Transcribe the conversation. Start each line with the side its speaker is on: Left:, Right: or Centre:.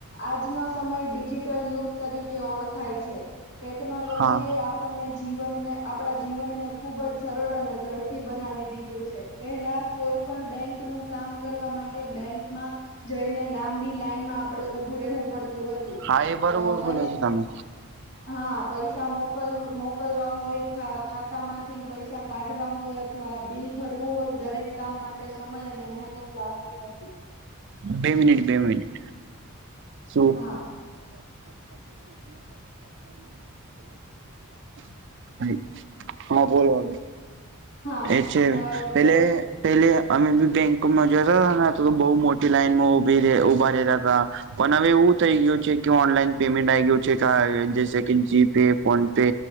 Left: આજનો સમય ડિજિટલ યુગ તરીકે ઓળખાય છે. ટેક્નોલોજીએ
Right: હા
Left: એ આપ. આપણને જીવનને આપણા જીવન ને ખુબ જ સરળ અને ઝડપી બનાવી દીધું છે. પેહલા કોઈ પણ બેંક નું કામ કરવા માટે બેંકમાં જઈને લાંબી લાઈનમાં આપડે ઊભું રહેવું પડતું હતું
Right: હા એ બરોબર
Left: અ પૈસા
Right: બોલ્યા છે તમે.
Left: હા પૈસા મોકલ મોકલવા હોયા ખાતામાં થી પૈસા કાઢવા હોય અથવા બિલ ભરવું હોય દરેક કામ માટે સમય અને મહેનત લાગતી હતી.
Right: બે મિનિટ બે મિનિટ શ
Left: હા
Right: <unintelligible> હા બોલો હવે
Left: હા
Right: એ છે
Left: અ
Right: પેલે
Left: ક
Right: પેલે અમે બી બેંકોમાં જતા હતા તો તો બહુ મોટી લાઈન માં ઉભી રે ઉભા રહેતા તા પણ હવે એવું થઈ ગયું છે, કે ઓનલાઈન પેમેન્ટ આઈ ગયું છે કર જેસે કે જીપે ફોન પે